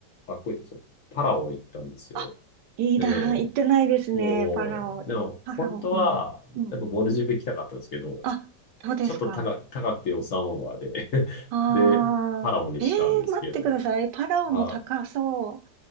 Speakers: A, on the left (about 55°); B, on the right (about 85°).
A: かっこいいですよ。パラオ行ったんですよ。
B: あ、いいな、
A: ええ
B: 行ってないですね、
A: そう。
B: パラオ。
A: でも、
B: パラオ、
A: 本当は、
B: うん、うん。
A: やっぱモルジブ行きたかったんですけど、
B: あ、そうですか。
A: ちょっと高く、高くて予算オーバーで
B: ああ、
A: <laughs> で、パラオにしたんですけど、
B: ええ待ってください。パラオも高そ
A: ああ、